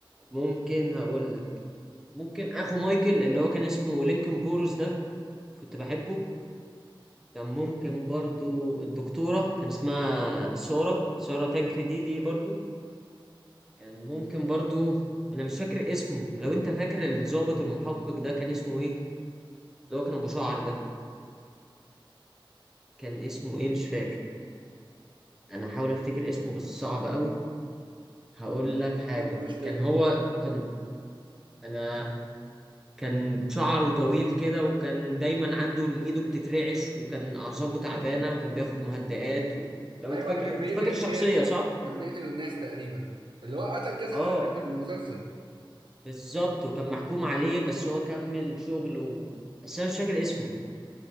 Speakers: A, in the centre; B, on the right (about 60°).
A: ممكن هقول لك ممكن اخو مايكل اللي هو كان اسمه لينكن بورس ده كنت بحبه كان ممكن برضو الدكتورة كان اسمها سارة سارة تانكري دي دي برضو كان ممكن برضو انا مش فاكر اسمه لو انت فاكر الضابط المحقق ده كان اسمه ايه اللي هو كان ابو شعر ده كان اسمه ايه مش فاكر انا حاول افتكر اسمه بس صعب قوي هقول لك حاجة
B: برضه مش فاكر
A: كان هو كان انا كان شعره طويل كده وكان دايما عنده ايده بتترعش وكان اعصابه تعبانة وكان بياخد مهدئات و... لو
B: ايوه
A: انت فاكر
B: اللي كان بيقتل
A: انت فاكر
B: الناس
A: الشخصية صح
B: كان بيقتل الناس تقريبا اللي هو قتل كذا
A: اه
B: حد في المسلسل
A: بالظبط وكان محكوم عليه بس هو كمل شغل و... بس انا مش فاكر اسمه